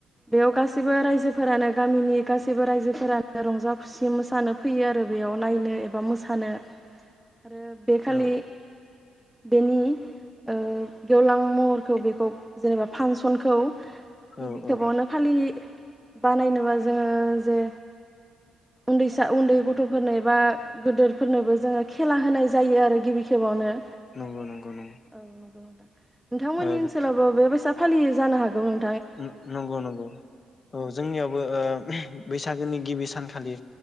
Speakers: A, in the centre; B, on the left (about 35°).
A: बेयाव गासै बो रायजोफोरानो गामिनि गासैबो रायजोफोरानो रंजा खुसि मोसानो फैयो आरो बेयाव नायनो एबा मोसानो आरो बेखालि
B: औ
A: बेनि ओ गेवलां महरखौ बेखौ जेनेबा फांसनखौ
B: औ
A: गिबि खेबावनो
B: औ
A: फालि बानायनोबा जोङो जे उन्दैसा उन्दै गथफोरनो एबा गोदोरफोरनोबो जोङो खेला होनाय जायो आरो गिबि खेबावनो
B: नंगौ नंगौ नंगौ
A: औ नंगौ नोंथां नोंथांमोननि
B: ओ
A: ओनसोलावबा बेबायसा फालियो जानो हागौ नों
B: नं नंगौ नंगौ औ जोंनियावबो ओ बैसागोनि गिबि सानखालि